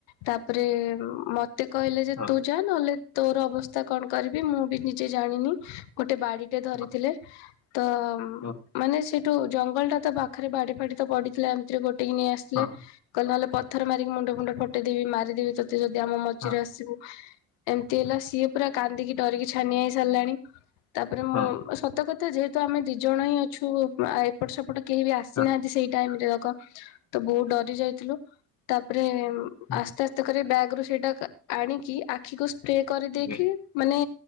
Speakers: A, on the left; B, on the left.
A: ତାପରେ ଉମ ମତେ କହିଲେ ଜ
B: ହଁ,
A: ତୁ ଯା ନହେଲେ ତୋର ଅବସ୍ଥା କଣ କରିବି ମୁଁ ବି ନିଜେ ଜାଣିନି। ଗୋଟେ ବାଡ଼ିଟେ ଧରିଥିଲେ,
B: ହଁ,
A: ତ
B: ହଁ,
A: ମାନେ ସେ ଟୁ ଜଙ୍ଗଲ ଟା ତ ପାଖରେ ବାଡ଼ି ଫାଡ଼ି ତ ପଡ଼ିଥିଲା ଏମିତିରେ ଗୋଟେକି ନେଇ ଆସିିଥିଲେ।
B: ହଁ,
A: କହିଲ ନହେଲେ ପଥ ମାରିକି ମୁଣ୍ଡ ଫୁଣ୍ଡ ଫଟେଇଦେବି ମାରିଦେବି ତତେ ଯଦି ଆମ ମଝିରେ
B: ହଁ,
A: ଆସିବୁ। ଏମିତି ହେଲା ସିଏ ପୁରା କାନ୍ଦିକି ଡ଼ରିକି ଛାନିଆ ହେଇ ସାରିଲାଣି ତାପରେ ମୁଁ
B: ହଁ,
A: ସ ତ କଥା ଯେହେତୁ ଆମେ ଦି ଜଣ ହିଁ ଅଛୁ ଆ ଏପଟ ସେପଟ କେହି ବି ଆସିନାହାନ୍ତି
B: ହଁ,
A: ସେଇ ଟାଇମରେ। କ ତ ବହୁତ ଡ଼ରି ଯାଇଥିଲୁ ତାପରେ
B: ହୁଁ,
A: ଆସ୍ତେ ଆସ୍ ତେ କରି ବ୍ୟାଗ ରୁ ସେଇଟା ଆଣିକି ଆଖିକୁ ସ୍ପ୍ରେ କରିଦେଇକି
B: ଆଜ୍ଞା।
A: ମାନେ